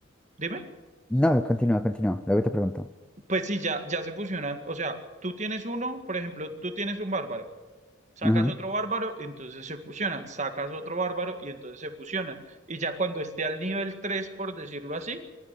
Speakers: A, on the right; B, in the centre.
A: dime,
B: No, continúa, continúa. Luego te pregunto.
A: pues sí, ya, ya se fusionan. O sea, tú tienes uno, por ejemplo, tú tienes un bárbaro, sacas
B: Ajá.
A: otro bárbaro, entonces se fusionan, sacas otro bárbaro y entonces se fusionan. Y ya cuando esté al nivel 3, por decirlo así